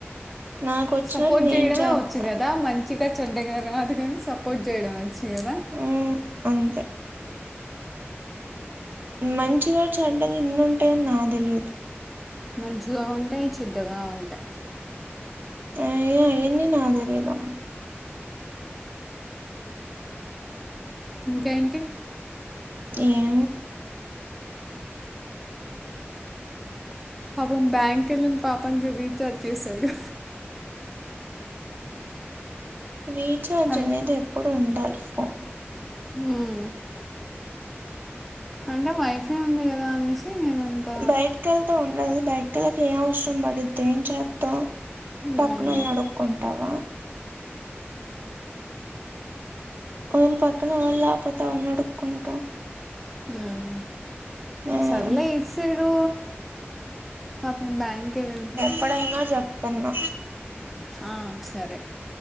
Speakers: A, on the right; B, in the centre.
A: నాకు వచ్చినట్టు
B: సపోర్ట్
A: నేను
B: చేయడమే
A: చేత్తా
B: వచ్చు గదా మంచిగా చెడ్డగా రాదు గనీ సపోర్ట్ చేయడం వచ్చు గదా.
A: మ్మ్ అంతే. మంచిగా చెడ్డగా ఇన్ను ఉంటయని నాదెలియదు
B: మంచిగా ఉంటాయి చెడ్డగా ఉంటాయి
A: ఆయన్ని ఎన్ని నాకు తెలియదమ్మ
B: ఇంకా ఏంటి
A: ఏం
B: పాపం బ్యాంక్ ఎళ్ళని పాపానికి రీఛార్జ్ చేసాడు
A: రీచార్జ్
B: హలో
A: అనేది ఎప్పుడు ఉండాలి ఫోన్
B: ఉమ్ అంటే వైఫై ఉంది కదా అనేసి నేను అంత
A: బయటికెళ్తే ఉండదు బయటకెళ్తే ఏం అవసరం పడిద్ది ఏం చేత్తవ్
B: మ్మ్.
A: పక్కనోళ్ళని నడుకుంటావ ఓవల పక్కన వళ్ళు లేపోతే ఎవల్ని అడుక్కుంటావ్
B: ఉమ్
A: మ్మ్
B: సర్లే ఇటు సైడు పాపం బ్యాంకే వెల్
A: ప్పుడే ఉన్నా చెబుతున్న
B: ఆ సరే